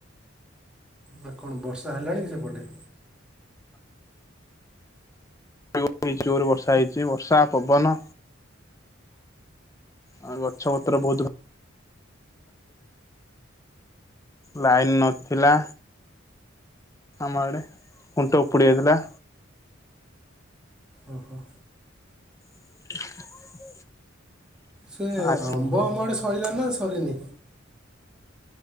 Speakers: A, in the centre; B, on the left (about 15°).
A: ନା କଣ ବର୍ଷା ହେଲାଣି କି ସେପଟେ?
B: <unintelligible> ଜୋରେ ବର୍ଷା ହେଇଛି ବର୍ଷା ପବନ ଆ ଗଛପତ୍ର ବହୁତ ଲାଇନ୍‌ ନଥିଲା ଆମଆଡେ ଖୁଣ୍ଟ ଉପୁଡି ଯାଇଥିଲା।
A: ଓହୋ
B: <unintelligible>
A: ସେ
B: ଆସି
A: ଆମ୍ବ ଆମ ଆଡେ ସ ସରିଲା ନା ସରିନି